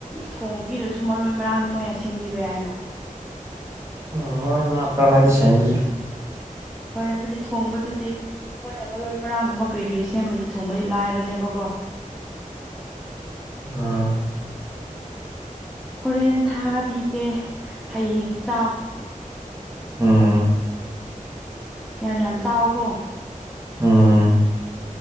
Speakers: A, in the centre; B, on the right.
A: ꯊꯣꯡꯕꯤꯔꯁꯨ ꯃꯔꯣꯏ ꯃꯔꯥꯡꯗꯤ ꯃꯣꯏꯅ ꯁꯦꯝꯕꯤꯕ ꯌꯥꯏꯅ
B: ꯎꯝ ꯃꯔꯣꯏ ꯃ ꯈꯔ ꯍꯥꯏꯗꯤ ꯁꯦꯝꯕꯤ
A: ꯍꯣꯏ ꯍꯥꯏꯕꯗꯤ ꯊꯣꯡꯕꯗꯨꯗꯤ ꯃꯣꯏꯅ ꯃꯔꯣꯏ ꯃꯔꯥꯡꯒꯨꯝꯕ ꯀꯔꯤ ꯀꯔꯤ ꯁꯦꯝꯃꯗꯤ ꯊꯣꯡꯕꯗꯤ ꯂꯥꯏꯕꯅꯦꯕꯀꯣ
B: ꯑꯥ
A: ꯍꯣꯔꯦꯟ ꯊꯥꯕꯤꯒꯦ ꯍꯌꯦꯡ ꯆꯥꯎ
B: ꯎꯝ
A: ꯌꯥꯝ ꯌꯥꯝ ꯆꯥꯎꯀꯣ
B: ꯎꯝ